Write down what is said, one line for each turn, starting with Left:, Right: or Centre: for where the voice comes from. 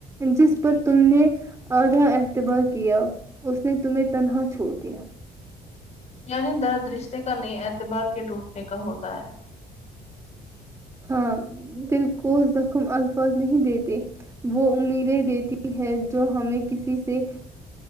Right: جس پر تم نے آدھا اعتبار کیا اس نے تمہیں تنہا چھوڑ دیا
Left: یعنی درد رشتے کا نہی اعتبار کے ٹوٹنے کا ہوتا ہے
Right: ہاں دل کو زخم الفاظ نہیں دیتے وہ امیدیں دیتی ہے جو ہمیں کسی سے